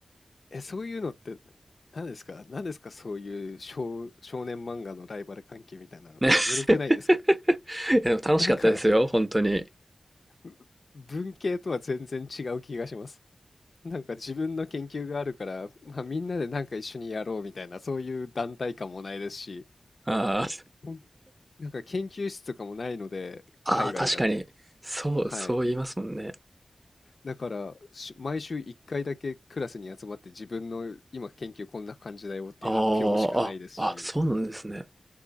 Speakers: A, on the left; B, on the right.
A: え、そういうのって何ですか何ですかそういう少、少年漫画のライバル関係みたいなの。
B: ね。<laughs>
A: ずるくないですか
B: いやでも楽しかったですよ、
A: なんか、
B: 本当に。
A: ぶ文系とは全然違う気がします。なんか自分の研究があるから、まあ、みんなでなんか一緒にやろうみたいな、そういう団体感もないですし、
B: あー
A: ほんなんか研究室とかもないので、
B: あー、
A: 海外だと。
B: 確かに。そう、
A: はい。
B: そう言いますもんね。
A: だから、し毎週1回だけクラスに集まって自分の今研究こんな感じだよっていう発表しかないですし、
B: あーあ、あ、そうなんですね。